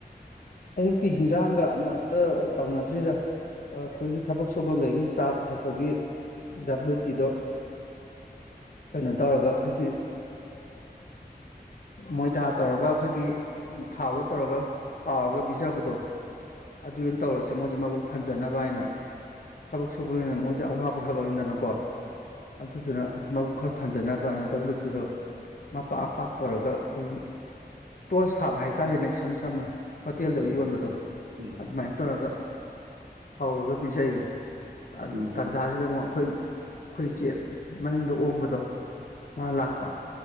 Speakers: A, on the left; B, on the right.
A: ꯑꯌꯨꯛꯀꯤ ꯍꯟꯖꯥꯡꯒ ꯑꯃꯇ ꯇꯧꯅꯗ꯭ꯔꯤꯗ ꯑꯩꯈꯣꯏꯒꯤ ꯊꯕꯛ ꯁꯨꯐꯝꯈꯩꯒꯤ ꯆꯥ ꯄꯤꯊꯛꯄꯒꯤ ꯗꯕ꯭ꯂꯨ ꯇꯤꯗꯣ ꯀꯩꯅꯣ ꯇꯧꯔꯒ ꯑꯩꯈꯣꯏꯒꯤ ꯃꯣꯏꯊꯥ ꯇꯧꯔꯒ ꯑꯩꯈꯣꯏꯒꯤ ꯊꯥꯎꯗ ꯇꯧꯔꯒ ꯇꯥꯎꯔꯒ ꯄꯤꯖꯕꯗꯣ ꯑꯗꯨ ꯑꯣꯏꯅ ꯇꯧꯔꯁꯦ ꯃꯣꯏꯁꯦ ꯃꯕꯨ ꯊꯟꯖꯅꯕ ꯍꯥꯏꯅ ꯊꯕꯛ ꯁꯨꯕꯅꯤꯅ ꯃꯣꯏꯗꯤ ꯑꯋꯥꯕ ꯊꯕꯛꯅꯤꯗꯅꯀꯣ ꯑꯗꯨꯗꯨꯅ ꯃꯕꯨ ꯈꯔ ꯊꯥꯟꯖꯅꯕꯅ ꯗꯕ꯭ꯂꯤꯎ ꯇꯤꯗꯣ ꯃꯄꯥꯛ ꯃꯄꯥꯛ ꯇꯧꯔꯒ ꯑꯩꯈꯣꯏꯒꯤ ꯇꯣꯁ ꯁꯥꯕ ꯍꯥꯏꯇꯥꯔꯦꯅꯦ ꯏꯁꯝ ꯁꯝꯅ ꯍꯣꯇꯦꯜꯗ
B: ꯎꯝ
A: ꯌꯣꯟꯕꯗꯣ
B: ꯎꯝ
A: ꯑꯗꯨꯃꯥꯏꯅ ꯇꯧꯔꯒ ꯍꯧꯔꯒ ꯄꯤꯖꯩꯌꯦ
B: ꯎꯝ
A: ꯇꯥꯟꯖꯥꯁꯤꯗ ꯑꯃꯨꯛ ꯑꯩꯈꯣꯏ ꯑꯩꯈꯣꯏꯁꯦ ꯃꯅꯤꯡꯗ ꯑꯣꯡꯕꯗꯣ ꯃꯥ ꯂꯥꯛꯄ